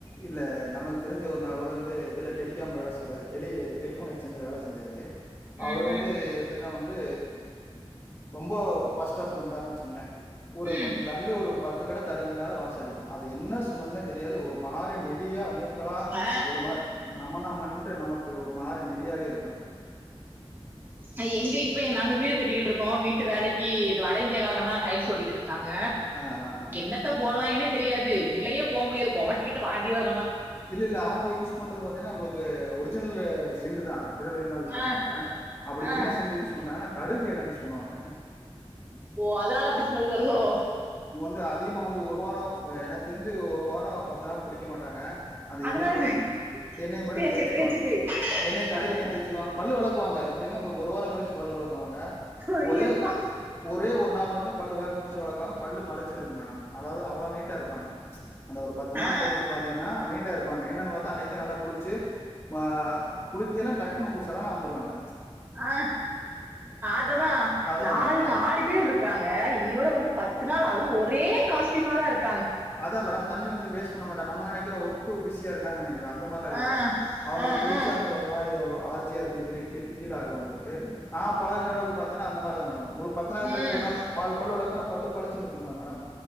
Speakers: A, on the left; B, on the right.
A: இல்ல நமக்கு தெரிஞ்ச ஒரு நவர வந்து இதுல டெலி க்காம வேல செய்றாரு டெலி டெலி ஃபோன் எஸ்சேஞ்சல வேல செஞ்சாரு அவுரு
B: ம்
A: வந்து
B: ம்
A: எப் பின்ன வந்து ரொம்ப பஸ்டாப்புல நின்டாருன்னு வச்சுங்களே ஊரு
B: ம்
A: கொஞ்சோ தள்ளி ஒரு பத்துக்கட தள்ளி நின்னாலு வாச அடிக்கு அது என்ன ஸ்மெல்ன்னே தெரியாது ஒரு மாறி நெடிய மூக் க்குல்லா
B: ஆ
A: ஒரு மாரி நமனமன் க்கு நமக்கு ஒரு மாரி நெடியாவே இருக்கு
B: அ எங்க இப்ப நாங்க வீடு கட்டிக்கிட்டு இருக்கோ வீட்டு வேலைக்கி இந்த வாட வட இந்தியக்காரங்கதா டைல்ஸ் ஓட்டிகிட்டு க்காங்க
A: ஆ ஆ ஆ
B: என்னத்தப் போடுவாங்கன்னே தெரியாது உள்ளயே போக முடியாது கோமட்டிகிட்டு வாந்தி வரு
A: இல்ல இல்ல அவுங்க யூஸ் பண்றது பாத்தீங்கன்னா உங்களுக்கு ஒரு ரிஜினல்லு செண்டுதா திரவியோதா யூஸ்
B: ஆ
A: பண்ணுவாங்க அப்பிடிஎன்ன
B: ஆ
A: சென்டூ யூஸ் பண்றாங்கன்ன கடுகு எண்ண யூஸ் பண்ணுவாங்க
B: ஓ அதனால அப்பிடி ஸ்மெல் வருதோ
A: து அதிகமா வந்து ஒரு வாரோ எனக்கு தெரிஞ்சி ஒரு வாரோ பத்து நாள் குளிக்க மாட்டாங்க அது
B: அதனாலதான்
A: எண்ணனை மட்டு எண்ணெய் மட்டும்
B: தேய்ச்சிட்டு
A: தேசுக்குவாங்க
B: தேய்ச்சிட்டு
A: எண்ணெய்
B: கருமம்
A: கடுகுண்ணெயா தேசுக்குவாங்க பல்லு வெளக்குவாங்க எப் ப்பிடின்னா உங்களுக்கு ஒரு வாரோ கழிச்சி பல் வெளக் க்குவாங்க
B: ஐயோப்பா
A: ஒரே ஒரே ஒரு ஒரு நாள் மட்டு பல்லு வேப்பங்குச்சிய வளக்குவாங்க பல்லு பழச்சினு இருக்கு மேடம் அதாவது அவ்ளோ நீட்டோ இருப்பாங்க அந்த ஒரு பத்து நாள்
B: ஆ
A: கழிச்சி பாத்தீங்கன்னா நீட்டு நீட்ட இருப்பாங்க என்னா பாத்த அன்னிக்குதா நல்லா குளிச்சி மா குளி க் ஏன்னா டக்குனு உங்க சடனா வந்துடுவாங்க
B: ஆ அததா
A: அததான்
B: நாலு
A: மேடம்
B: நாலு பேர் இருக்காங்க இனியோட வந்து பத்து நாள் ஆகு து ஒரே காஸ்டியூம்லதா இருக்
A: அதா மேடம் தண்ணி வந்து வேஸ் பண்ணமாட்ட நம நினைகிறோம் ஒர்க் பிசியா இருக்காங்க நெனைகிறே அந்த மாரிலா இல்ல
B: ஆ
A: மேடம் அவுங்களுக்கு
B: ஆ
A: குளிச்ச
B: ஆ
A: அந்த ஒரு மாரி அலர்ஜியா இருக்கு சொல்லி ஃபீல் ஃபீல் ஆகுது அவுங்களுக்கு நா பழகன அளவுக்கு பத்தினா அந்த மாரிதா மேடம் உங்களுக்கு பத்து நாள் கழிச்சி
B: ம்
A: ஒரு நாள் பால் பல் வெளக்குனா பல்லு பழிச்சுன்னு இருக்குங்களா மேடம்